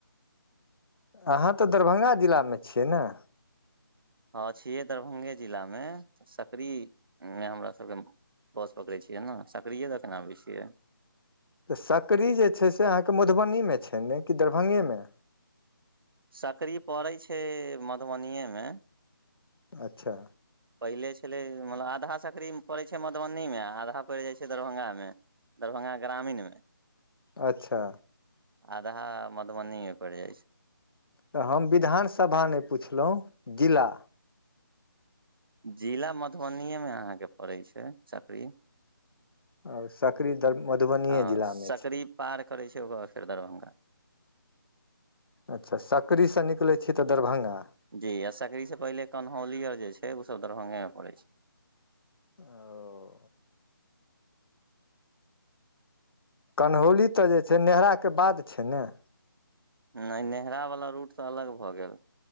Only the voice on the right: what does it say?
हँ छियै दरभंगे जिलामे सकरीमे हमरासभके बस पकड़े छियै ने सकरीए दऽ के न आबै छियै
सकरी पड़ैत छै मधुबनिएमे
पहिले छलै मतलब आधा सकरी पड़ै छै मधुबनीमे आधा पड़ि जाइ छै दरभंगामे दरभंगा ग्रामीणमे
आधा मधुबनीमे पड़ि जाइ छै
जिला मधुबनिएमे अहाँके पड़ैत छै सकरी
हँ
सकरी
पार करै छै ओकर बाद फेर दरभंगा
जी आ सकरीसँ पहिले कन्हौली आर जे छै ओसभ दरभंगा मे पड़ैत छै
नहि नेहरावला रूट तऽ अलग भऽ गेल